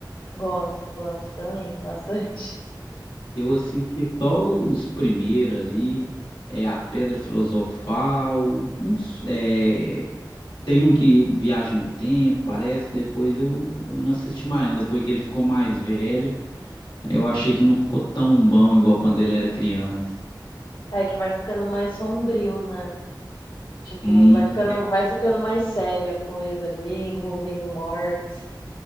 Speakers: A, on the left (about 80°); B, on the left (about 70°).
A: Gosto, gosto também, <laughs> bastante.
B: Eu assisti só os primeiros ali, é a Pedra Filosofal, uns, é, tem um que viaja no tempo, parece, depois eu, eu não assisti mais não, depois que ele ficou mais velho, eu achei que não ficou tão bom igual quando ele era criança.
A: É que vai ficando mais sombrio, né? Tipo,
B: Hum,
A: vai ficando,
B: é-
A: vai ficando mais séria a coisa ali, envolvendo mortes.